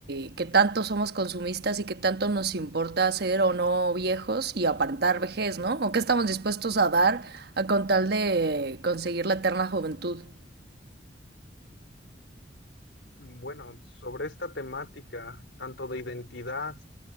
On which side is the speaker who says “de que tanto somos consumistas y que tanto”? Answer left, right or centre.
Right